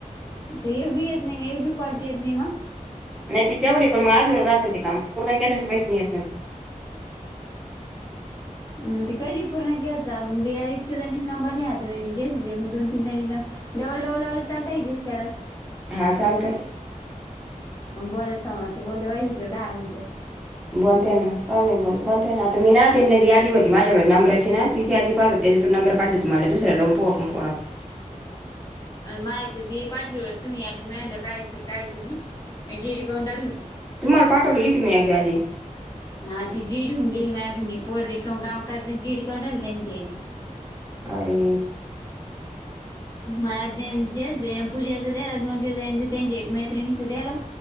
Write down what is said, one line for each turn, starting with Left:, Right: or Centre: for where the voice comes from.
Left: त एक भी येत नाही एक भी कॉलज येत नाही मग
Centre: नाही ती तेवढ पण मग आधुर राहात ते काम पूर्ण केल्या पैसे येत नाही.
Left: म्हग ते कधी पूर्ण केयच इतक्या जणीस नंबर नाही हातो जेस दोन तीन जणी नं- डबळ डबळ लावले चालतेय त्यास.
Centre: हा चालत
Left: बोल स बोलहिजच का दहा मिनिट.
Centre: बोलते ना का नाही बोल बोलते ना आता मी ना देन नाही यादी होती माझ्याकडे नबरायची ना तिच्या आध पाहत त्या तून नंर काढ द हो तुहाला दुसऱला ला पो आपणोत
Left: मायचं दे पाठल तुम्ही आधी मिळालं कायचे काय नाही जेडी करून टाकली ती
Centre: तुम्हा पाठवले होती मी एकदा आधी
Left: हा ती जीडी होऊन गेली मागून पोररी गावकाच जीड काढाली त्यां त
Centre: अरे
Left: म अ पूजेच द्याला द त्यांचे एक मैत्रिणीच द्यायला.